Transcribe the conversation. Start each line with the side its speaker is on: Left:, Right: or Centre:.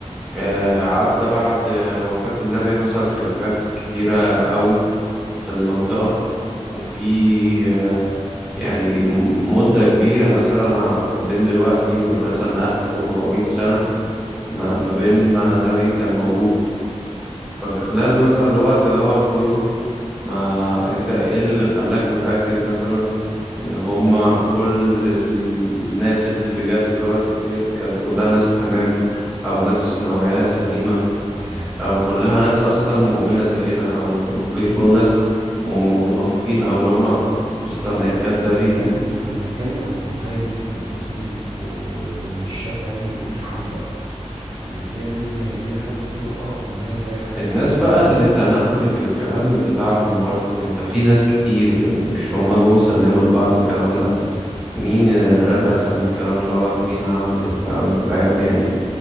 Centre: آه، عدى بعد آه، وفاة النبي حصل خلافات كتيرة قوي في المنطقة وفي آه، يعني م- مدة كبيرة مثلا ع- ما بين دلوقتي ومثلا 1400 سنة ما ما بين ما النبي كان موجود ففي خلال مثلا الوقت دوت كله ما انت ايه اللي خلاك متأكد مثلا ان هما كل الناس اللي جت في الوقت ديت كانت كلها ناس تمام او ناس نواياها سليمة
Right: ما هو يعني
Centre: او
Right: ما
Centre: كلها
Right: هو
Centre: ناس اصلا مؤمنه زينا او م-
Right: ما
Centre: ممكن
Right: هو مين
Centre: يكونوا ناس م- م- منافقين او اللي هم
Right: منافقين
Centre: مصطنع
Right: يا عم
Centre: كدابين
Right: احنا بنتكلم احنا بنتكلم عن البخاري ومسلم و- والشافعي وابن حنبل يعني ازاي الناس دي هيجي لها الجرأة ان هي تغير حاجة
Centre: الناس
Right: في كلام النبي
Centre: بقى اللي تناقلت الكلام بتاعهم برضو انت في ناس كتير يعني مش هم جم سلموا لبعض الكلام ده مين ر- رسم الكلام دوت مين عمل الكلام ده فاهم يعني